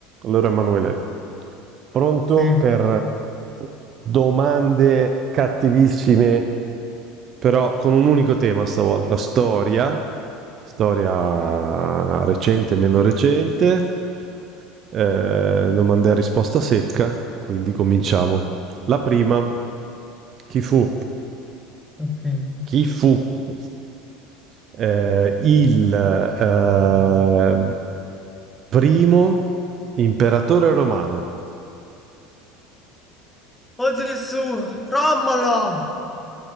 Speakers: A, on the right (about 30°); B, in the centre.
A: Allora, Emanuele, pronto
B: Sì,
A: per domande cattivissime, però con un unico tema stavolta, storia, storia recente, meno recente, eh, domande a risposta secca, quindi cominciamo. La prima, chi fu?
B: ok.
A: Chi fu <laughs> eh, il eh, Primo imperatore romano,
B: Oh Gesù, Romolo!